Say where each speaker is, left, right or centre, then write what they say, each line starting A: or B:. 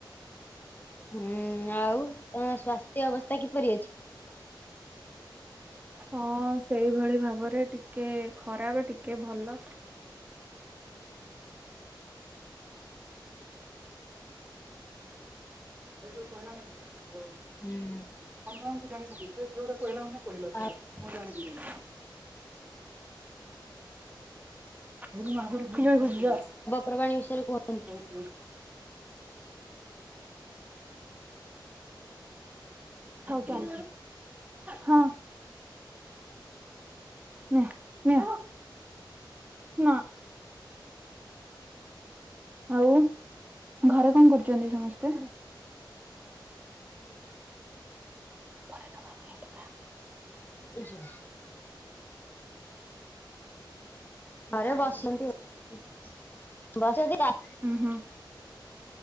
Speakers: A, on the left; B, on the right.
A: ହୁଁ, ଆଉ ତମ ସ୍ୱାସ୍ଥ୍ୟ ଅବସ୍ଥା କିପରି ଅଛି?
B: ହଁ, ସେଇଭଳି ଭାବରେ, ଟିକେ ଖରାପ, ଟିକେ ଭଲ। <unintelligible>
A: ହୁଁ।
B: ସାନ ମାମୁଁ ଙ୍କୁ ଜାଣିଥିବୁ, ସେ ଯୋଉଟା କହିଲା ମାନେ କହିଲା ଚାଲ,
A: ଆଉ
B: ମୁଁ ଜାଣିଯିବିଣି। ମୁଁ ସିନା ଆଗୁରୁ ଉଠିଲେ ସିଏ ଯିବ।
A: ପର୍ବାଣୀ ବିଷୟରେ କୁହନ୍ତି।
B: <unintelligible> ହଉ ଚାଲ, ହଁ। ନେ ନେ ନା। ଆଉ ଘରେ କଣ କରୁଚନ୍ତି ସମସ୍ତେ? <unintelligible>
A: <unintelligible> ଘରେ ବସିଚନ୍ତି ଆଉ, ବସିଥିଲା।
B: ଉ ହୁଁ,